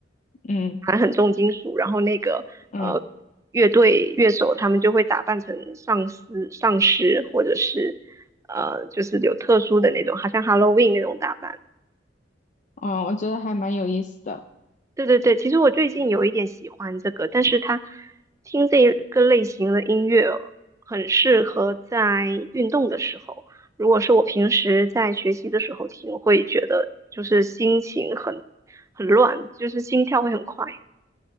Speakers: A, on the left; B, on the right.
A: 嗯
B: 反正很重金属，然后那个呃乐队乐手他们就会打扮成丧尸丧尸或者是
A: 嗯
B: 呃就是有特殊的那种，好像 Halloween 那种打扮。
A: 啊，哦我觉得还蛮有意思的。
B: 对对对，其实我最近有一点喜欢这个，但是它听这个类型的音乐很适合在运动的时候。如果是我平时在学习的时候听，会觉得就是心情很很乱，就是心跳会很快。